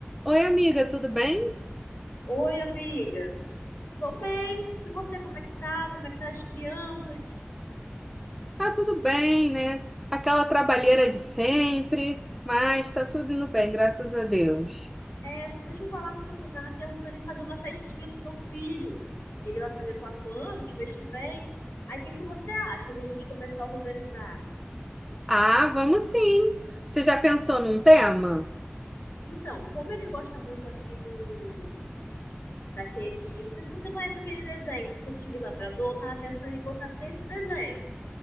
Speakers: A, in the centre; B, on the left.
A: Oi, amiga, tudo bem?
B: Oi, amiga. Tô bem. E você, como é que tá? Como é que tá as crianças?
A: Tá tudo bem, né? Aquela trabalheira de sempre, mas tá tudo indo bem, graças a Deus.
B: É, deixa eu falar com você. Eu tava pensando em fazer uma festinha pro meu filho. Ele vai fazer quatro anos mês que vem. Aí, o que que você acha da gente começar a organizar?
A: Ah, vamos sim. Você já pensou num tema?
B: Então, como ele gosta muito aqui do daquele, não sei se você conhece aquele desenho, Detetive Labrador, eu tava pensando em botar desse desenho,